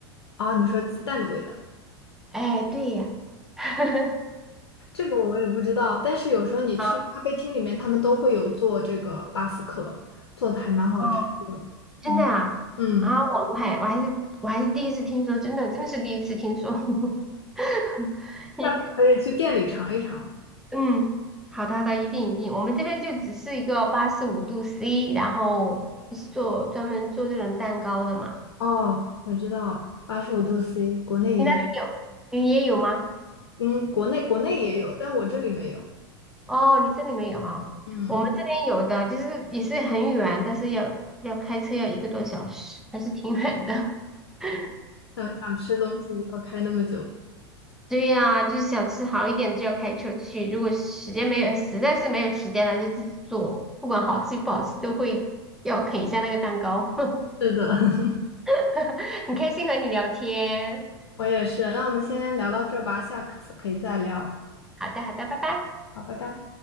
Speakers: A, on the left; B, in the centre.
A: 啊，你说鸡蛋的味道，
B: 哎，对呀，<laughs>
A: 这个我也不知道，但是有时候你去咖啡厅里面，
B: 啊
A: 他们都会有做这个巴斯克，做的还蛮好吃的。
B: 哦，真的啊，
A: 嗯嗯，
B: 啊，我我还我还是我还是第一次听说，真的真的是第一次听说。<laughs> 你
A: 下次可以去店里尝一尝。
B: 嗯，好的好的，一定一定，我们这边就只是一个八十五度 C，然后就是做专门做这种蛋糕的嘛。
A: 哦，我知道，八十五度 C，国内也，
B: 你那边有，你也有吗？
A: 嗯，国内国内也有，但我这里没有。
B: 哦，你这里没有啊？
A: 嗯，
B: 我们这边有的，就是也是很远，但是要要开车要一个多小时，还是挺远的。<laughs>
A: 想想吃东西要开那么久。
B: 对呀，就是想吃好一点的就要开车去，如果时间没有，实在是没有时间了，就自己做，不管好吃不好吃都会要啃一下那个蛋糕。
A: 是的，<laughs>
B: <laughs> 很开心和你聊天，
A: 我也是。那我们先聊到这儿吧，下次可以再聊。
B: 好的好的，拜拜。
A: 好，拜拜。